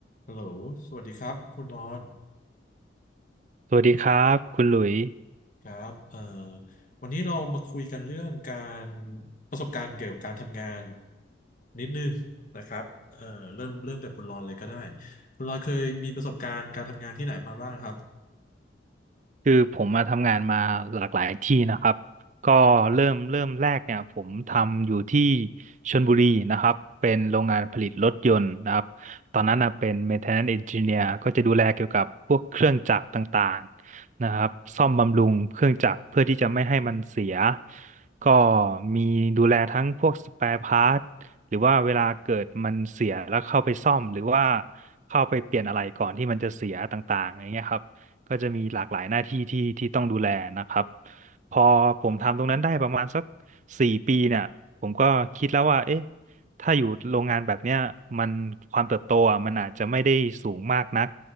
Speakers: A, on the left (about 45°); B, on the right (about 40°).
A: ฮัลโหลสวัสดีครับ คุณรอน
B: สวัสดีครับคุณหลุยส์ <laughs>
A: ครับเอ่อวันนี้เรามาคุยกันเรื่องการประสบการณ์เกี่ยวกับการทำงานนิดนึงนะครับเอ่อเริ่มเริ่มจากคุณรอนเลยก็ได้ คุณรอนเคยมีประสบการณ์การทำงานที่ไหนมาบ้างครับ
B: คือผมมาทำงานมาหลากหลายที่นะครับก็เริ่มเริ่มแรกเนี่ยผมทำอยู่ที่ชลบุรีนะครับเป็นโรงงานผลิตรถยนต์นะครับตอนนั้นนะเป็น maintenance engineer ก็จะดูแลเกี่ยวกับพวกเครื่องจักรต่างๆนะครับซ่อมบำรุงเครื่องจักรเพื่อที่จะไม่ให้มันเสียก็มีดูแลทั้งพวกส p ปร e พาร์ทหรือว่าเวลาเกิดมันเสียแล้วเข้าไปซ่อมหรือว่าเข้าไปเปลี่ยนอะไรก่อนที่มันจะเสียต่างๆอย่างเงี้ยครับ ก็จะมีหลากหลายหน้าที่ที่ที่ต้องดูแลนะครับพอผมทำตรงนั้นได้ประมาณสักสี่ปีเนี่ยผมก็คิดแล้วว่าเอ๊ะถ้าอยู่โรงงานแบบเนี้ยมันความเติบโตอ่ะมันอาจจะไม่ได้สูงมากนัก